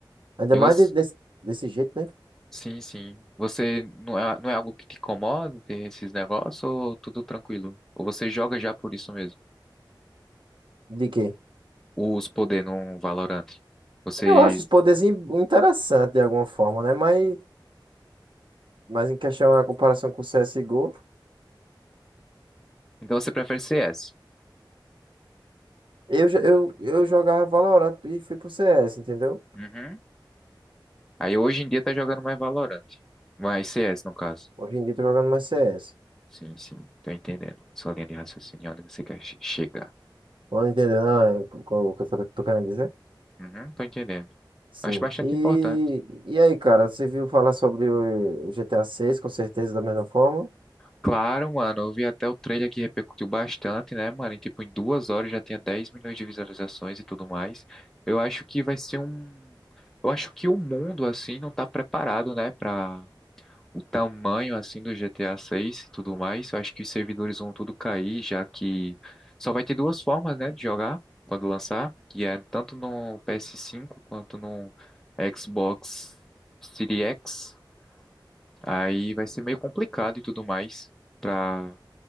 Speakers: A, on the right; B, in the centre.
A: Ainda
B: E
A: mais
B: você,
A: de- desse, desse jeito, né?
B: sim, sim. Você não é, não é algo que te incomoda ter esses negócios ou tudo tranquilo? Ou você joga já por isso mesmo?
A: De quê?
B: Os poder no Valorant. Você,
A: Eu acho os poderes in- interessantes de alguma forma, né? Mas, mas em questão a comparação com o CSGO,
B: então você prefere CS?
A: eu, já- eu, eu jogava Valorant e fui pro CS, entendeu?
B: Uhum. Aí hoje em dia tá jogando mais Valorant. Mais CS no caso.
A: Hoje em dia eu tô jogando mais CS.
B: Sim, sim, tô entendendo. Sua linha de raciocínio, onde você quer che- chegar.
A: Não entendeu, não? É o que eu tô, tô querendo dizer?
B: Uhum, tô entendendo.
A: Sim.
B: Acho bastante
A: E,
B: importante.
A: e aí, cara, você viu falar sobre o GTA 6, com certeza, da mesma forma?
B: Claro, mano, eu vi até o trailer que repercutiu bastante, né, mano? E, tipo, em duas horas já tinha 10 milhões de visualizações e tudo mais. Eu acho que vai ser um. Eu acho que o mundo, assim, não tá preparado, né, pra o tamanho, assim, do GTA 6 e tudo mais. Eu acho que os servidores vão tudo cair, já que só vai ter duas formas, né, de jogar quando lançar, que é tanto no PS5 quanto no Xbox Series X. Aí vai ser meio complicado e tudo mais. Pra